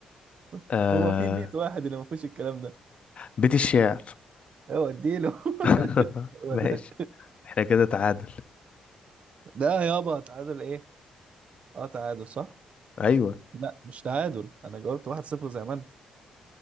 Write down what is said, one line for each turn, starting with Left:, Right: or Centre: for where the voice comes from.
Right: <laughs>
Left: آه
Right: هو في بيت واحد اللي ما فيهوش الكلام ده
Left: بيت الشعر
Right: هو اديله
Left: <laughs>
Right: <laughs> هو
Left: ماشي
Right: ده
Left: احنا كده تعادل
Right: ده يابا تعادل ايه اه تعادل صح؟
Left: ايوه
Right: لا مش تعادل انا جاوبت 1-0 زي ما انت